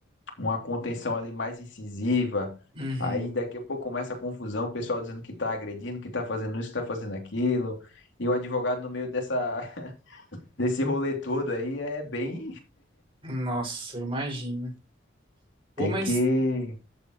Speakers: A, on the left; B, on the right.
A: uma contenção ali mais incisiva.
B: uhum,
A: Aí daqui a pouco começa a confusão, o pessoal dizendo que tá agredindo, que tá fazendo isso, que tá fazendo aquilo. E o advogado no meio dessa, <laughs> desse rolê todo aí é bem,
B: nossa, eu imagino. Pô,
A: tem
B: mas
A: que,